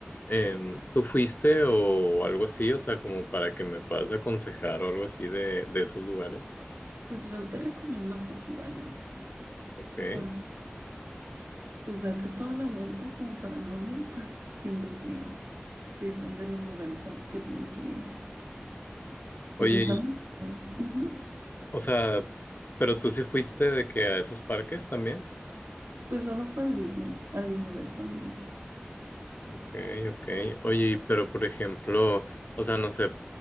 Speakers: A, on the left; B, on the right.
A: Em, ¿tú fuiste o algo así? O sea, como para que me puedas aconsejar o algo así de, de esos lugares.
B: Pues yo te recomiendo que si vayas,
A: Ok.
B: porque Pues darte toda la vuelta como para no ir, pues <laughs> siento que sí son de los lugares a los que tienes que ir.
A: Oye,
B: Y si está muy chido, ujú.
A: O sea, pero tú sí fuiste de que a esos parques también.
B: Pues solo fue al Disney, al Universal, ¿no?
A: Ok, ok. Oye, y pero por ejemplo, o sea, no sé,